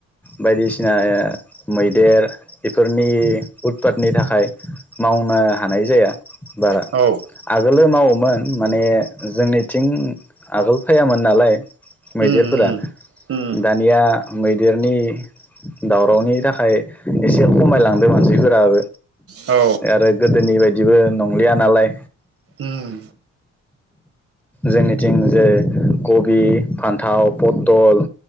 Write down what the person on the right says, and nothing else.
औ
उम उम उम
औ
उम